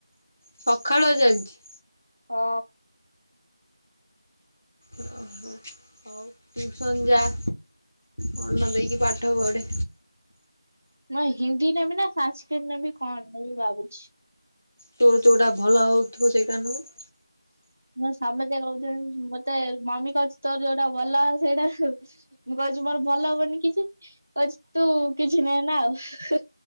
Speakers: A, on the left; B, on the right.
A: ସଖାଳୁଆ ଚାଲିଛି।
B: ହଁ।
A: ଓହୋ। ହଉ। ଟ୍ୟୁସନ୍ ଯାଆ। ମନ ଦେଇକି ପାଠ ପଢ଼େ।
B: ନା ହିନ୍ଦୀ ନେବି ନା ସାନସ୍କ୍ରିଟ୍ ନେବି କଣ ନେବି ଭାବୁଛି।
A: ତୋର ଯୋଉଟା ଭଲ ହଉଥିବ ସେଇଟା ନବୁ।
B: ମୋ ସାନ ଝିଅ କହୁଚି ମତେ ମମି କହୁଚି ତୋର ଯୋଉଟା ଭଲ ସେଇଟା <unintelligible> ମୁଁ କହୁଚି ମୋର ଭଲ ହବନି କିଛି କହୁଛି ତୁ କିଛି ନେନା ଆଉ ହେ